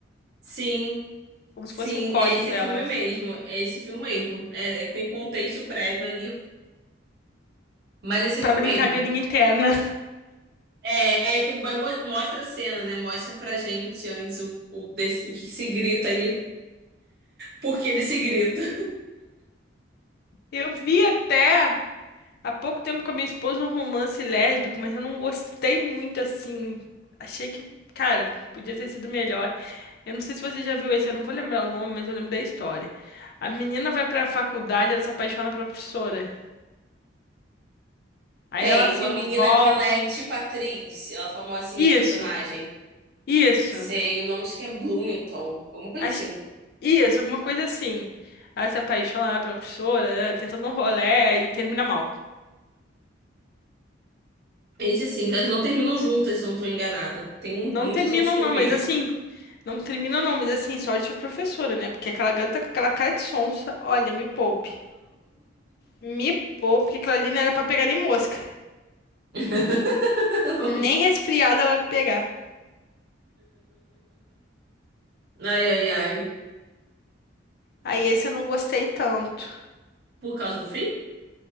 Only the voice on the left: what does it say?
como
se fosse um código
delas.
Pra
brincadeirinha
interna.
Eu vi até há pouco tempo com a minha esposa um romance lésbico, mas eu não gostei muito assim. Achei que, cara, podia ter sido melhor. Eu não sei se você já viu esse, eu não vou lembrar o nome, mas eu lembro da história. A menina vai pra faculdade, ela se apaixona pela professora. Aí
elas se
envolvem.
Isso, isso.
As-
Isso, alguma coisa assim. Ela se apaixona pela professora, tenta dar um rolê e termina mal.
Não
terminam,
não,
mas assim. Não terminam, não, mas assim, sorte a professora, né? Porque aquela garota com aquela cara de sonsa, olha, me poupe. Me poupe, porque aquilo ali não era pra pegar nem mosca.
Nem resfriada ela ia pegar.
Aí esse eu não gostei tanto.